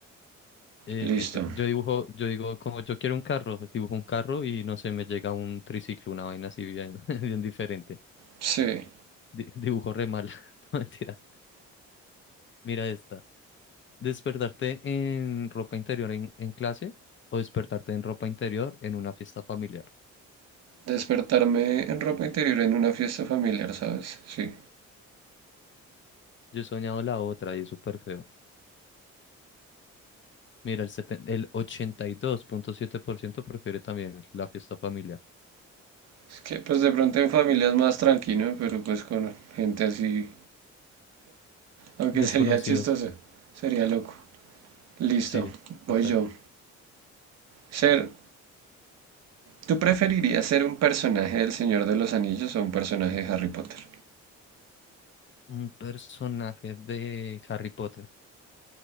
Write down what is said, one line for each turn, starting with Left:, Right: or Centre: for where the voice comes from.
Left: Eh,
Right: listo.
Left: eh, yo dibujo, yo digo, como yo quiero un carro, dibujo un carro y no sé, me llega un triciclo, una vaina así bien, <laughs> bien diferente.
Right: Sí.
Left: Di- <laughs> dibujo re mal. <laughs> No mentiras. Mira esta. ¿Despertarte en ropa interior en, en clase o despertarte en ropa interior en una fiesta familiar?
Right: Despertarme en ropa interior en una fiesta familiar, ¿sabes? Sí.
Left: Yo he soñado la otra y es súper feo. Mira, el, seten- el 82.7% prefiere también la fiesta familiar.
Right: Es que pues de pronto en familia es más tranquilo, pero pues con gente así, aunque
Left: Desconocidos.
Right: <laughs> sería chistoso, sería loco. Listo,
Left: Sí, total.
Right: voy yo. Ser, ¿tú preferirías ser un personaje del Señor de los Anillos o un personaje de Harry Potter?
Left: Un personaje de Harry Potter.